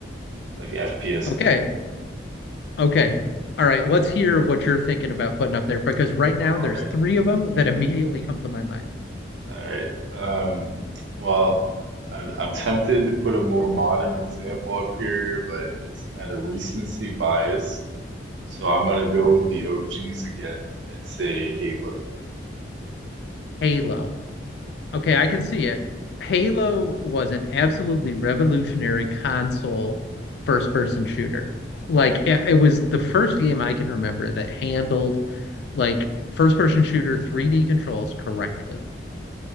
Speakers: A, on the right; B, on the left.
A: like FPS
B: Okay.
A: game.
B: Okay. All right. Let's hear what you're thinking about putting up there because right now
A: All
B: there's
A: right,
B: three of them that immediately come to my mind.
A: all right. Um, well, I'm, I'm tempted to put a more modern example up here, but it's kind of recency bias. So I'm gonna go with the OGs again and say Halo.
B: Halo. Okay, I can see it. Halo was an absolutely revolutionary console first-person shooter. Like it, it was the first game I can remember that handled like first-person shooter 3D controls correctly.